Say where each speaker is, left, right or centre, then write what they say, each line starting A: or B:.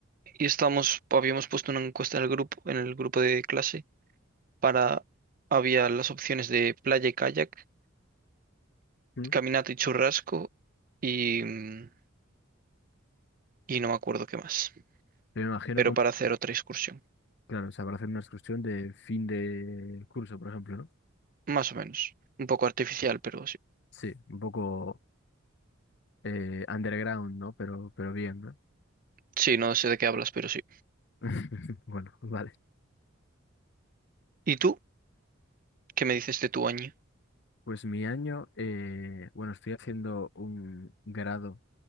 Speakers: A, on the right; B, on the left.
A: Y estamos, habíamos puesto una encuesta en el grupo, en el grupo de clase, para, había las opciones de playa y kayak,
B: Mm.
A: caminata y churrasco y, mm, y no me acuerdo qué más,
B: Me imagino
A: pero
B: como,
A: para hacer otra excursión.
B: claro, o sea, para hacer una excursión de fin de curso, por ejemplo, ¿no?
A: Más o menos. Un poco artificial, pero sí.
B: Sí, un poco eh, underground, ¿no? Pero, pero bien, ¿no?
A: Sí, no sé de qué hablas, pero sí.
B: <laughs> Bueno, vale.
A: ¿Y tú? ¿Qué me dices de tu año?
B: Pues mi año, eh, bueno, estoy haciendo un grado